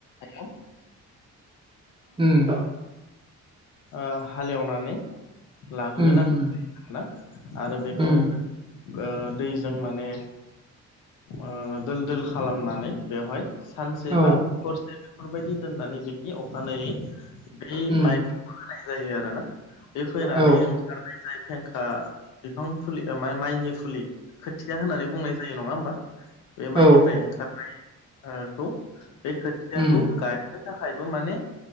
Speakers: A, on the left; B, on the right.
A: हाआव
B: उम
A: ओ हालेवनानै लाग्रोनांगौ
B: उम उम
A: होना आरो बेखौ
B: उम
A: ओ‌ दैजों माने ओ दोल दोल खालामनानै बेवहाय सानसे
B: औ
A: बा हरसे बेफोरबायदि दोननानै बेनि अखानायै बै
B: उम
A: माइखौ फोनाय जायो आरो ना बे फोनानै
B: औ
A: ओंखारनाय जाय फेंखा बिफां फुलि ओ माइ माइनि फुलि खोथिआ होननानै बुंनाय जायो नङा होमबा बे माइनिफ्राय
B: औ
A: ओंखारनाय ओखौ बे खोथियाखौ
B: उम
A: गायनो थाखायबो माने